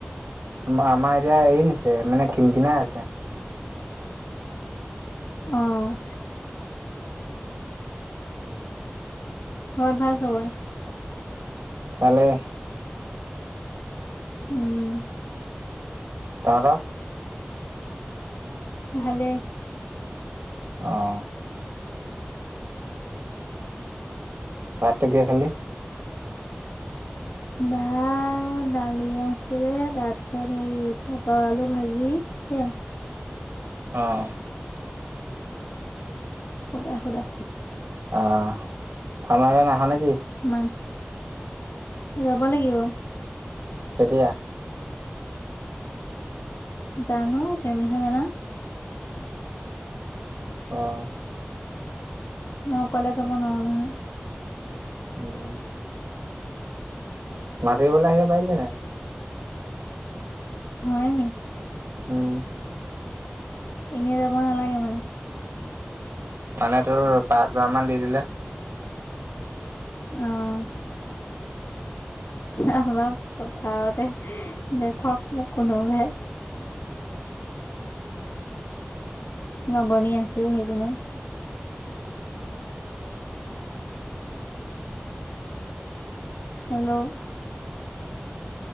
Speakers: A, on the right; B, on the left.
A: আমা-আমাৰ এতিয়া এৰিলেছে মানে কিন কিনাই আছে।
B: অ'। ঘৰত ভাল চবয়ে?
A: ভালেই।
B: উম।
A: তহঁতৰ?
B: ভালেই।
A: অ'। ভাতটো কিহে খালি?
B: ভাত দালি আছিলে তাৰপিছত হেৰি পটল আলু ভাজি। সেইয়ায়ে।
A: অ'।
B: সুদা সুদা।
A: অহ আমাৰ এয়ালৈ নাহনে কি?
B: মা, যাব লাগিব।
A: কেতিয়া?
B: জানো তুমিহে জানা।
A: অ'।
B: মই অকলে যাব নোৱাৰো নহয়।
A: উম। <unintelligible> আহিব পাৰিলিহেতেঁন।
B: হয় নি?
A: উম।
B: এনেই যাব নালাগে মানে?
A: মানে তোৰ পাঁচ হাজাৰ মান দি দিলে।
B: অ'। আমাৰ পথাৰতে দেখক মোক কোনোবাই। লগনীয়া আছেই, সেইপিনে। হেল্ল'?